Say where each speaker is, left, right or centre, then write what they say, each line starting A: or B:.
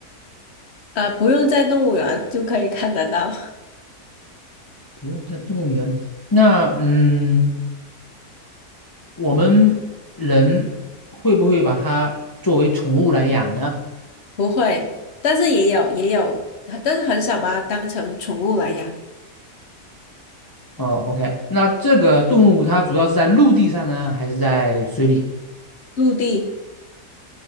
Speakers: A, on the left; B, on the left.
A: 呃，不用在动物园就可以看得到，
B: 不用在动物园。那嗯，我们人会不会把它作为宠物来养呢？
A: <laughs> 不会，但是也有也有，但是很少把它当成宠物来养。
B: 哦，OK，那这个动物它主要是在陆地上呢，还是在水里？
A: 陆地，